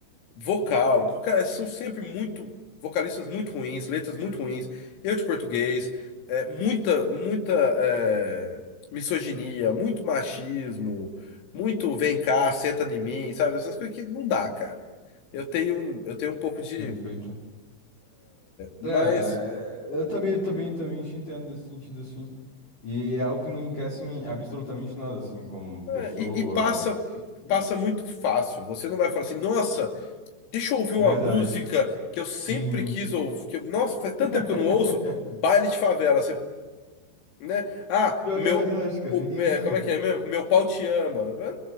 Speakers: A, on the left; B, on the left.
A: vocal, cara, são sempre muito vocalistas muito ruins, letras muito ruins, erro de português, é, muita, muita é, misoginia, muito machismo, muito vem cá, senta em mim, sabe? Essas coisas que não dá, cara. Eu tenho, eu tenho um pouco de.
B: perfeito.
A: Mas
B: É, é, eu também, também, também te entendo nesse sentido, assim. E é algo que não enriquece em absolutamente nada, assim, como pessoa.
A: É, E, e passa
B: E...
A: passa muito fácil. Você não vai falar assim, nossa, deixa eu ouvir
B: Verdade.
A: uma música que eu sempre
B: Sim.
A: quis ouvir, que eu- nossa, faz tanto
B: <laughs>
A: tempo que eu não ouço, baile de favela, você, né? Ah,
B: Pior
A: meu,
B: que é verdade, cara.
A: o-
B: Ninguém
A: é,
B: liga.
A: como é que é? Meu, meu pau te ama. É,